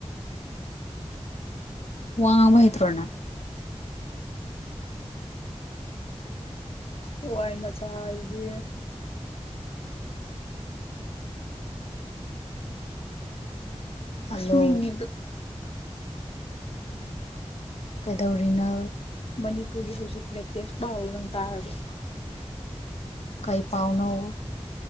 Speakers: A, on the left; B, on the left.
A: ꯋꯥꯉ ꯃꯍꯍꯤ ꯇ꯭ꯔꯣꯅ
B: ꯍꯋꯥꯏ ꯃꯆꯥ ꯍꯥꯏꯗꯤ
A: ꯍꯜꯂꯣ
B: ꯑꯁꯃꯤꯤꯡ ꯑꯗꯨ
A: ꯀꯩꯗꯧꯔꯤꯅꯣ
B: ꯃꯅꯤꯄꯨꯔꯒꯤ ꯍꯧꯖꯤꯛ ꯂꯦꯇꯦꯁ ꯄꯥꯎꯜ ꯂ ꯇꯥꯔꯕꯣ
A: ꯀꯩ ꯄꯥꯎꯅꯧ